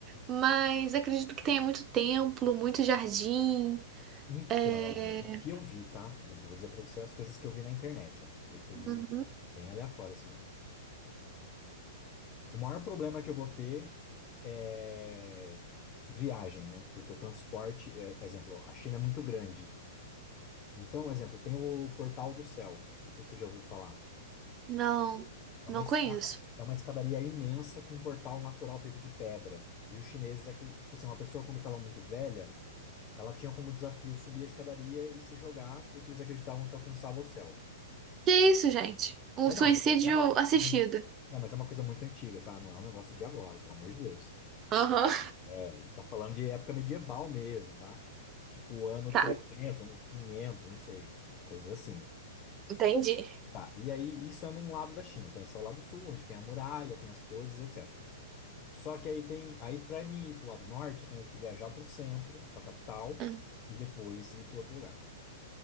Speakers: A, on the right; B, on the left.
A: mas acredito que tenha muito templo, muito jardim.
B: Então,
A: é,
B: o que eu vi, tá? Vou, vou dizer pra você as coisas que eu vi na internet a respeito,
A: uhum.
B: bem aleatório, assim. O maior problema que eu vou ter é viagem, né? Porque o transporte, é- exemplo, a China é muito grande. Então, exemplo, tem o Portal do Céu. Não sei se você já ouviu falar.
A: Não,
B: É
A: não
B: uma escada,
A: conheço.
B: é uma escadaria imensa com um portal natural feito de pedra. E os chineses, acre- tipo assim, uma pessoa quando estava muito velha. Ela tinha como desafio subir a escadaria e se jogar, porque eles acreditavam que alcançava o céu.
A: Que isso, gente? Um
B: É,
A: suicídio
B: não, mas é é uma,
A: assistido.
B: mas é, é, mas é uma coisa muito antiga, tá? Não é um negócio de agora, pelo amor de Deus.
A: Aham,
B: É, A gente tá falando de época medieval mesmo, tá? Tipo ano
A: Tá.
B: 300, ano 500, não sei. Coisas assim.
A: entendi.
B: Tá, e aí isso é num lado da China. Então esse é o lado sul, onde tem a muralha, tem as coisas, etc. Só que aí tem, aí para mim ir pro lado norte, eu tenho que viajar pro centro, pra capital
A: Hum.
B: e depois ir pro outro lugar.